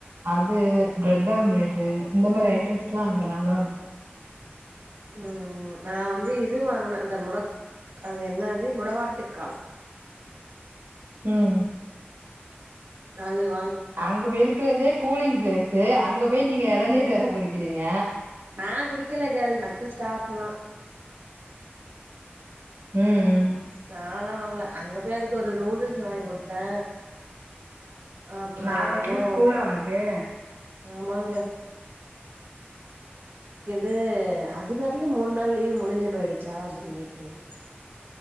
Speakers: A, on the right; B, on the right.
A: அது பிரெட் ஆம்லேட்டு இந்த மாதிரி ஐட்டம்ஸ் எல்லாம் அங்க நல்லா இருக்கு
B: உம் உம் நா வந்து இது வாங்கினே இந்த முடக்க அது என்ன அது முடாக் ட்டுக்கால்
A: உம்
B: அதுவ்
A: அங்க போய் இருக்கிறதே கூலிங் பிளேஸு அங்க போய் நீங்க இளநீர் வேற குடிக்கிறீங்க
B: நான் குடிக்கல கேள் மத்த ஸ்டாப்ல்லா
A: ம் ம்
B: நாலா வாங்கல அங்க போய் அதுக்கு ஒரு நூடுல்ஸ் வாங்கி குடுத்தே அப்புறம்
A: நாளை
B: என்னமோ
A: இருந்து ஸ்கூலா உனக்கு
B: ஆமாங்க அது அதுக்காட்லையு மூணு நாள் லீவ் முடிஞ்சு போயிடுச்சா அப்படின்னு கேக்குது